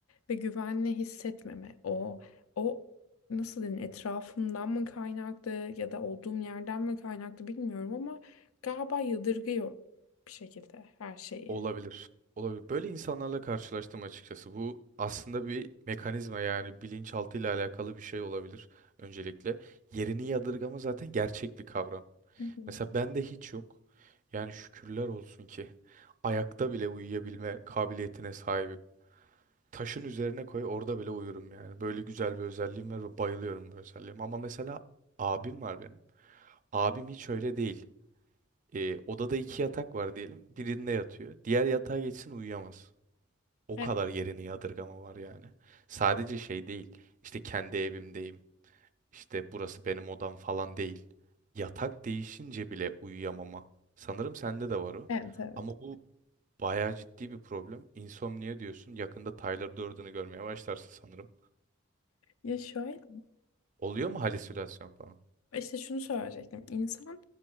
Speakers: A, on the left; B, on the right.
A: ve güvenli hissetmeme o o nasıl denir etrafımdan mı kaynaklı ya da olduğum yerden mi kaynaklı bilmiyorum ama galiba yadırgıyor bir şekilde her şeyi.
B: Olabilir. Olabilir. Böyle insanlarla karşılaştım açıkçası. Bu aslında bir mekanizma yani bilinçaltı ile alakalı bir şey olabilir öncelikle. Yerini yadırgama zaten gerçek bir kavram.
A: Hı hı.
B: Mesela bende hiç yok. Yani şükürler olsun ki <laughs> ayakta bile uyuyabilme kabiliyetine sahibim. Taşın üzerine koy orada bile uyurum yani. Böyle güzel bir özelliğim var ve bayılıyorum bu özelliğime. Ama mesela abim var benim. Abim hiç öyle değil. Ee, odada iki yatak var diyelim. Birinde yatıyor. Diğer yatağa geçsin uyuyamaz. O
A: Evet,
B: kadar yerini yadırgama var yani. Sadece şey değil. İşte kendi evimdeyim. İşte burası benim odam falan değil. Yatak değişince bile uyuyamama. Sanırım sende de var o.
A: evet. evet.
B: Ama bu bayağı ciddi bir problem. İnsomnia diyorsun. Yakında Tyler Durden'ı görmeye başlarsın sanırım.
A: Ya şöyle,
B: Oluyor mu halüsinasyon falan?
A: İşte şunu söyleyecektim. İnsan